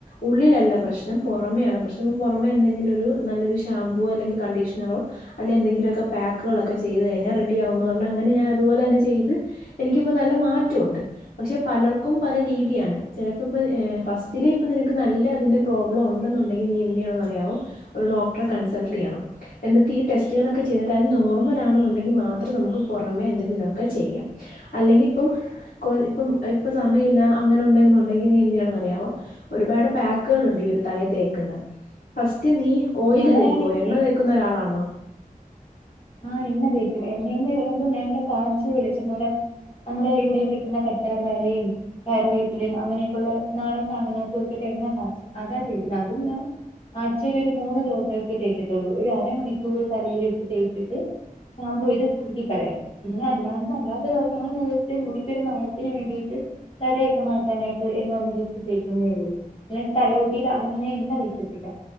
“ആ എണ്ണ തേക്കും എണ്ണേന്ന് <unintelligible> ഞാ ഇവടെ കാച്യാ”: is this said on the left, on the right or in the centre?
Left